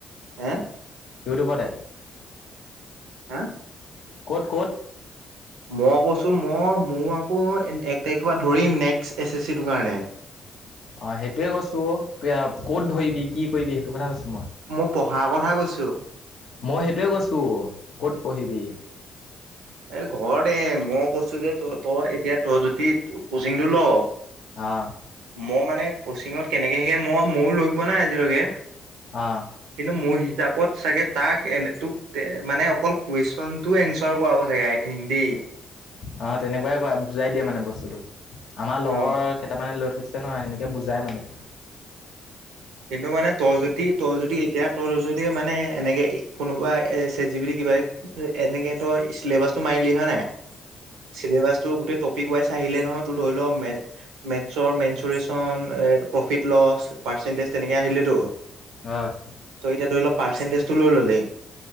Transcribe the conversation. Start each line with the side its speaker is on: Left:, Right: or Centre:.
Right: হম,
Left: ইউটিউবতে
Right: হা
Left: ক'ত ক'ত
Right: মই কৈছো মই, মোৰ আকৌ এক তাৰিখৰ পৰা ধৰিম নেক্সট এছ এছ চিটোৰ কাৰণে।
Left: অ, সেইটোয়ে কৈছো ক'ত ধৰিবি কি কৰিবি সেইটো কথা কৈছোঁ
Right: মই পঢ়াৰ কথা কৈছো।
Left: মই সেইটয়ে কৈছো কত পঢ়িবি।
Right: এ ঘৰতে মই কৈছো যে তই এতিয়া তই যদি কোচিংটো ল,
Left: অঁ
Right: মই মানে কচিঙত কেনেকে শিকে মই ময়ো লৈ পোৱা নাই আজিলৈকে।
Left: অঁ
Right: কিন্তু মোৰ হিচাপ, পদ চাগে তাক এনে তোক মানে অকল কুৱেশন তোৰ এনচাৰ কৰাব চাগে আই থিংক দেই।
Left: অ, তেনেকুৱাই কৰা বুজাই দিয়ে মানে বস্তুটো আমাৰ লগৰ
Right: অ
Left: কেইটামানে লৈ থৈছে। আছে নহয় এনেকৈ বুজাই মানে।
Right: কিন্তু মানে তই যদি তই যদি এতিয়া তই লৈ মানে এনেকে কোনোবা এ চেটজিপিটি কিবা এনেকে তই চিলেবাচটো মাৰিলি হয় নাই, চিলেবাছটো গোটেই পিক ৱাইছ আহিলে নহয় তই ধৰি ল মেথ - মেথচৰ মেন্সুৰঞ্চন প্ৰফিট লছ পাৰ্চেন্টেজ তেনেকে আহিলে তো।
Left: হয়।
Right: এতিয়া ধৰি ল পাৰ্চেনটেজটো লৈ ললে